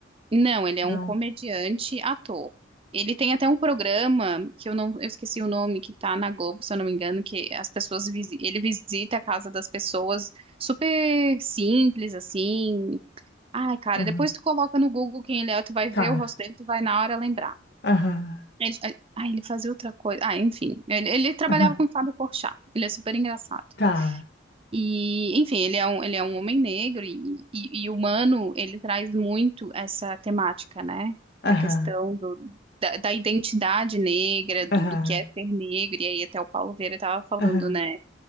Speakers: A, on the right; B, on the left.
A: Não, ele é
B: Não.
A: um comediante ator. Ele tem até um programa que eu não, eu esqueci o nome, que tá na Globo, se eu não me engano, que as pessoas visi- ele visita a casa das pessoas super simples assim. Ai, cara,
B: Aham.
A: depois tu coloca no Google quem ele é, tu vai
B: Tá.
A: ver o rosto dele, tu vai na hora lembrar.
B: Aham.
A: Ele, ah, ele fazia outra coisa. Ah, enfim, ele, ele trabalhava
B: Aham.
A: com o Fábio Porchat. Ele é super engraçado.
B: Tá.
A: E, enfim, ele é um, ele é um homem negro e, e, e humano, ele traz muito essa temática, né?
B: Aham.
A: Da questão do, da, da identidade negra, do,
B: Aham.
A: do que é ser negro, e aí até o Paulo Vieira estava falando,
B: Aham.
A: né?